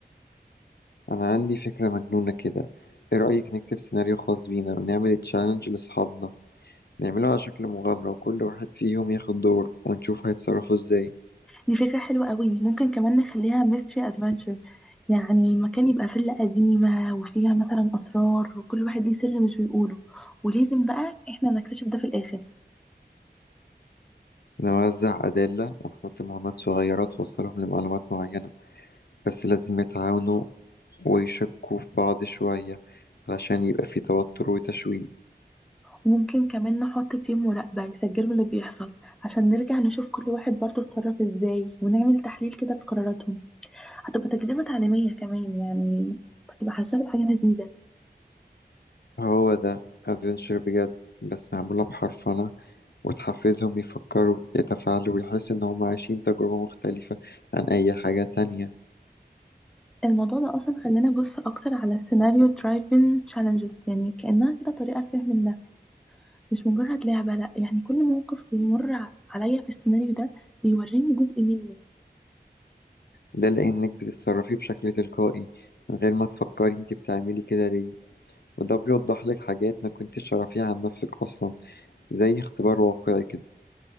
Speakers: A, on the left; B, in the centre.
A: انا عندي فكرة مجنونة كده ايه رأيك نكتب سيناريو خاص بينا ونعمل تشالنج لاصحابنا نعمله على شكل مغامرة وكل واحد فيهم ياخد دور ونشوف هيتصرفوا ازاي
B: دي فكرة حلوة قوي ممكن كمان نخليها ميستري أدفنتشر يعني مكان يبقى فيلا قديمة وفيها مثلا أسرار وكل واحد ليه سر مش بيقوله ولازم بقى إحنا نكتشف ده في الآخر
A: نوزع أدلة ونحط مهمات صغيرة توصلهم لمعلومات معينة بس لازم يتعاونوا ويشكوا في بعض شوية علشان يبقى في توتر وتشويق
B: ممكن كمان نحط تيم مراقبة يسجلوا اللي بيحصل عشان نرجع نشوف كل واحد برضه اتصرف ازاي ونعمل تحليل كده لقراراتهم هتبقى تجربة تعليمية كمان يعني هتبقى حاسة بحاجة لذيذة
A: هو ده أدفنشر بجد بس معمولة بحرفنة وتحفزهم يفكروا يتفاعلوا ويحسوا إن هم عايشين تجربة مختلفة عن أي حاجة تانية
B: الموضوع ده أصلا خلاني أبص أكتر على السيناريو درايفين تشالنجز يعني كأنها كده طريقة لفهم النفس مش مجرد لعبة لأ يعني كل موقف بيمر ع- عليا في السيناريو ده بيوريني جزء مني
A: ده لأنك بتتصرفي بشكل تلقائي من غير ما تفكري انت بتعملي كده ليه وده بيوضح لك حاجات ما كنتش تعرفيها عن نفسك أصلا زي اختبار واقعي كده